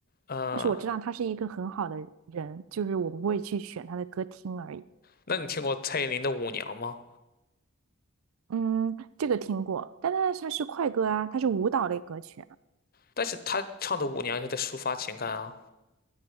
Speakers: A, on the left; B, on the right.
A: 呃，
B: 但是我知道他是一个很好的人，就是我不会去选他的歌听而已。
A: 那你听过蔡依林的《舞娘》吗？
B: 嗯，这个听过，但但是它是快歌啊，他是舞蹈类歌曲啊。
A: 但是她唱的《舞娘》也是在抒发情感啊